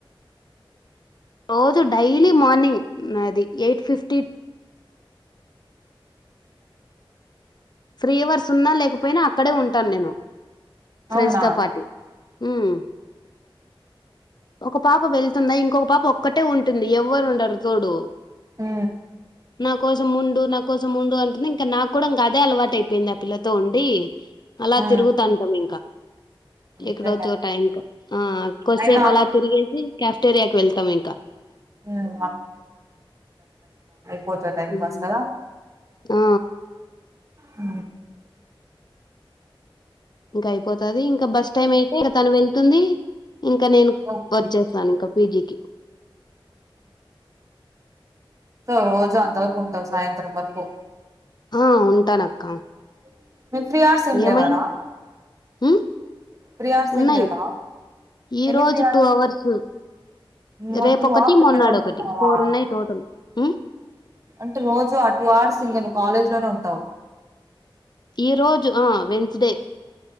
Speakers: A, on the left; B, on the right.
A: రోజు డైలీ మార్నింగ్ నాది ఎయిట్ ఫిఫ్టీ త్ ఫ్రీ అవర్స్ ఉన్నా లేకపోయినా అక్కడే ఉంటాను. నేను ఫ్రెండ్స్
B: అవునా
A: తో పాటీ హ్మ్మ్ ఒక పాప వెళ్తుందా ఇంకొక పాప ఒక్కటే ఉంటుంది ఎవ్వరు ఉండరు తోడు
B: ఆ
A: నా కోసం ఉండు నా కోసం ఉండు అంటునే ఇంకా నాకు కూడా ఇంకా అదే అలవాట్ అట్ అయిపోయింది ఆ పిల్లతో ఉండి అలా
B: ఉమ్
A: తిరుగుతంటిమి ఇంకా
B: అంతేలే
A: ఎక్కడవుతదొ టైమ్ ఆ కొద్దీ
B: అయినా
A: సేపు అలా తిరిగేసి కఫ్టేరియాకి వెళ్తాం ఇంకా
B: ఉమ్ పోతది టైం
A: ఉమ్.
B: పాస్ కదా
A: ఆ
B: ఆ
A: ఇంకా అయిపోతది ఇంకా బస్ టైమ్ అయితే ఇంకా తను వెళ్తుంది ఇంకా నేను
B: ఓకే,
A: వచ్చేసాను ఇంకా పీజికి
B: స రోజు అంతవరకు ఉంటావు సాయంత్రం వరకు
A: ఆ ఉంటానక్క
B: <inaudible> అవర్స్ ఏం లేవారా
A: ఏమైనా హు
B: ఫ్రీ అవర్స్
A: ఉన్నాయి
B: ఏం లేవా
A: ఈరోోజు
B: ఎన్ని ఫ్రీ
A: టూ అవర్స్
B: మా
A: రేపు
B: టూ
A: ఒకటి
B: అవర్స్ ఎక్కడ
A: మొన్నాడు
B: ఉంటున్నావా
A: ఒకటి ఫోర్ ఉన్నాయి టోటల్ హు
B: అంటే రోజు ఆ టూ అవర్స్ ఇంకా నువ్వు కాలేజ్ లోనే ఉంటావు
A: ఈ రోజు ఆ వెన్స్డే